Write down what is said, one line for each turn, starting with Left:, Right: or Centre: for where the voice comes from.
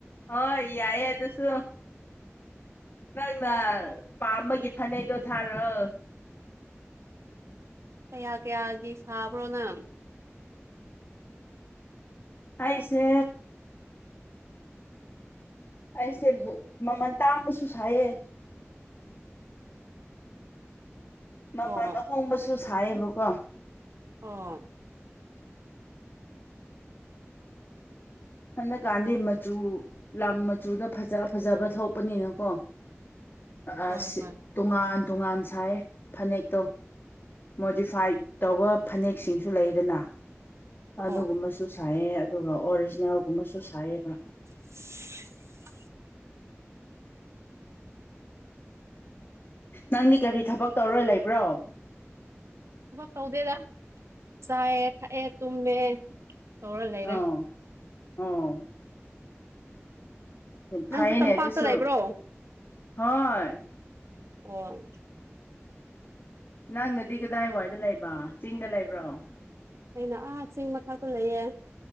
Left: ꯍꯣꯏ ꯌꯥꯏꯌꯦ ꯑꯗꯨꯁꯨ ꯅꯪꯅ ꯄꯥꯝꯕꯒꯤ ꯐꯅꯦꯛꯗꯣ ꯊꯥꯔꯛꯑꯣ
Right: ꯀꯌꯥ ꯀꯌꯥꯒꯤ ꯁꯥꯕ꯭ꯔꯣ ꯅꯪ
Left: ꯑꯩꯁꯦ ꯑꯩꯁꯦ ꯃꯃꯜ ꯇꯥꯡꯕꯁꯨ ꯁꯥꯏꯑ ꯃꯃꯜ
Right: ꯑꯣ
Left: ꯑꯍꯣꯡꯕꯁꯨ ꯁꯥꯏꯌꯦꯕꯀꯣ
Right: ꯑꯣ
Left: ꯍꯟꯗꯛꯀꯥꯟꯗꯤ ꯃꯆꯨ ꯂꯥꯡ ꯃꯆꯨꯗ ꯐꯖ ꯐꯖꯕ ꯊꯣꯛꯄꯅꯤꯅꯀꯣ
Right: ꯍꯣꯏ
Left: ꯑ ꯁꯤ
Right: ꯍꯣꯏ
Left: ꯇꯣꯉꯥꯟ ꯇꯣꯉꯥꯟ ꯁꯥꯏ ꯐꯅꯦꯛꯇꯣ ꯃꯣꯗꯤꯐꯥꯏ ꯇꯧꯕ ꯐꯅꯦꯛꯁꯤꯡꯁꯨ ꯂꯩꯗꯅ
Right: ꯑꯣ
Left: ꯑꯗꯨꯒꯨꯝꯕꯁꯨ ꯁꯥꯏꯌꯦ ꯑꯗꯨꯒ ꯑꯣꯔꯤꯖꯤꯅꯦꯜꯒꯨꯝꯕꯁꯨ ꯁꯥꯏꯌꯦꯕ
Right: <unintelligible>
Left: ꯅꯪꯗꯤ ꯀꯔꯤ ꯊꯕꯛ ꯇꯧꯔꯣꯏ ꯂꯩꯕ꯭ꯔꯣ
Right: ꯊꯕꯛ ꯇꯧꯗꯦꯗ ꯆꯥꯏꯌꯦ ꯊꯛꯑꯦ ꯇꯨꯝꯃꯦ ꯇꯧꯔ ꯂꯩꯔꯦ
Left: ꯑꯣ ꯑꯣ
Right: ꯅꯪꯁꯨ
Left: ꯐꯩꯅꯦ
Right: ꯇꯝꯄꯥꯛꯇ
Left: ꯑꯗꯨꯁꯨ
Right: ꯂꯩꯕ꯭ꯔꯣ
Left: ꯍꯣꯏ
Right: ꯑꯣ
Left: ꯅꯪꯅꯗꯤ ꯀꯗꯥꯏꯋꯥꯏꯗ ꯂꯩꯕ ꯆꯤꯡꯗ ꯂꯩꯕ꯭ꯔꯣ
Right: ꯑꯩꯅ ꯑꯥ ꯆꯤꯡ ꯊꯢꯃꯊꯛꯇ ꯂꯩꯌꯦ